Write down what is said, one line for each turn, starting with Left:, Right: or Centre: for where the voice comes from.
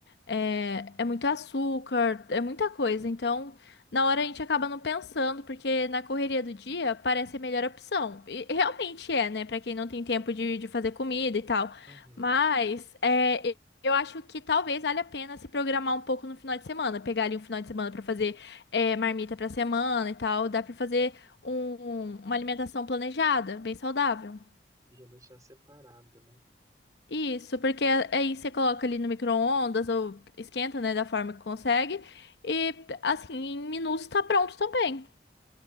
Left: É, é muito açúcar, é muita coisa. Então, na hora a gente acaba não pensando, porque na correria do dia parece a melhor opção. E realmente é, né? Para quem não tem tempo de, de fazer comida e tal.
Right: Uhum.
Left: Mas é, eu acho que talvez valha a pena se programar um pouco no final de semana, pegar ali um final de semana para fazer é, marmita pra semana e tal, dá pra fazer um- um, uma alimentação planejada, bem saudável.
Right: Já deixar separado, né?
Left: Isso, porque aí você coloca ali no micro-ondas ou esquenta, né, da forma que consegue. E assim, em minutos tá pronto também.